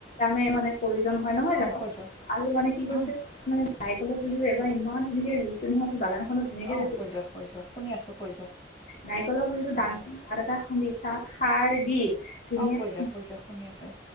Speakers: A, on the left; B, on the left.
A: মানে-মানে প্ৰয়োজন হয় নহয়
B: অ
A: জানো?
B: কৈ যোৱা
A: আৰু মানে কি কৈছে
B: উম
A: মে নাইকলৰ পোলিও এবাৰ ইমান ধুনীয়াকৈ ৰুইছো নহয় মোৰ বাগান ধুনীয়াকে
B: অ
A: ৰুইছো
B: কৈ যোৱা কৈ যোৱা শুনি আছো কৈ যোৱা
A: নাৰিকলৰ পুলিটো
B: অ
A: দাঙৰ গাত এটা খান্দি চাত সাৰ দি ধুনীয়াকৈ
B: অ কৈ যোৱা কৈ যোৱা শুনি আছো